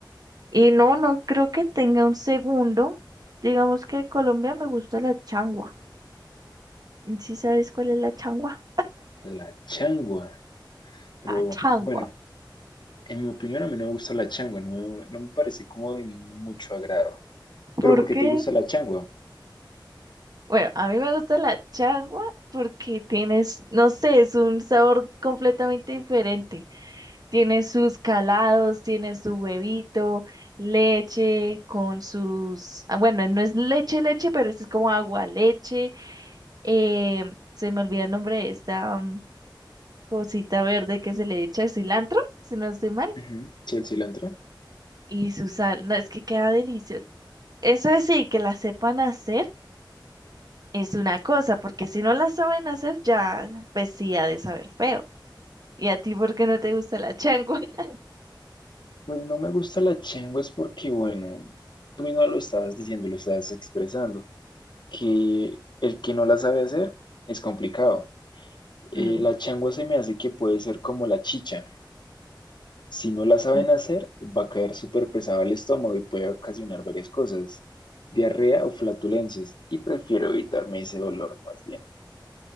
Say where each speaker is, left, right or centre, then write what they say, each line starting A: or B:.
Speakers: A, on the right (about 50°); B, on the left (about 65°).
A: Y no, no creo que tenga un segundo. Digamos que en Colombia me gusta la changua. ¿Sí sabes cuál es la changua?
B: La changua. Pero
A: La changua.
B: bueno, en mi opinión a mí no me gusta la changua, no, me- no me parece como de mucho agrado.
A: ¿Por
B: ¿Pero por
A: qué?
B: qué te gusta la changua?
A: Bueno, a mí me gusta la changua porque tienes, no sé, es un sabor completamente diferente. Tiene sus calados, tiene su huevito, leche con sus, ah, bueno, no es leche, leche, pero es como agua leche. Eh, se me olvida el nombre de esta mm, cosita verde que se le echa cilantro, si no estoy mal,
B: Ujú. ¿Sí, el cilantro?
A: y su sal. No, es que queda delicioso. Eso es sí, que la sepan hacer. es una cosa, porque si no la saben hacer, ya pues sí ha de saber feo. ¿Y a ti por qué no te gusta la changua? <laughs>
B: Pues no me gusta la changua es porque, bueno, tú mismo lo estabas diciendo, lo estabas expresando, que el que no la sabe hacer es complicado. Eh,
A: Mm,
B: la changua se me hace que puede ser como la chicha. Si no la saben
A: eh,
B: hacer, va a caer súper pesado al estómago y puede ocasionar varias cosas, diarrea o flatulencias, y prefiero evitarme ese dolor más bien.